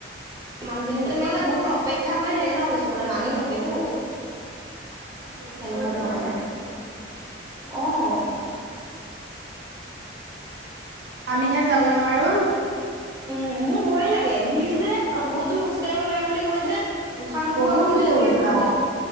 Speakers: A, on the right; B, on the right.
A: মানুহখিনিত তোমলে বহুত অপেক্ষা কৰি থাকে ন কিছুমানে মানি থাকেতো
B: এ বহুত
A: সেনেকুৱা
B: দূৰ দূৰৰ
A: ধৰণৰ
B: মানুহ আহেটো
A: অ
B: উম আমিহে যাব নোৱাৰো
A: উম মোৰ ভয় লাগে ভিৰ যে আৰু বহুত দূৰ খোজকাঢ়িব লাগে বুলি কয় যে
B: এই
A: উশাহ নোপোৱা
B: বহুত
A: হৈ যায়
B: দূৰ
A: এই বোলে মানুহে
B: বা